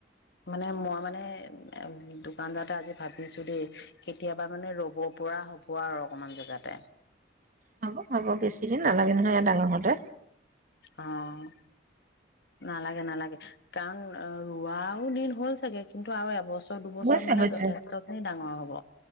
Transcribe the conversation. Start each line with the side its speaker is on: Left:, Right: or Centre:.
Left: মানে মই মানে দোকান পতা আজি ভাবিছো দেই কেতিয়াবা মানে ৰব পৰা হ'ব আৰু অকমান জেগাতে
Right: হ'ব হ'ব বেছিদিন নালাগে নহয় ইয়াতে ডাঙৰ সৈতে
Left: অ', নালাগে নালাগে কাৰণ ৰোৱাও দিন হ'ল চাগে কিন্তু আৰু এবছৰ বছৰ
Right: হৈছে
Left: মানে
Right: হৈছে
Left: যথেষ্ট খিনি ডাঙৰ হব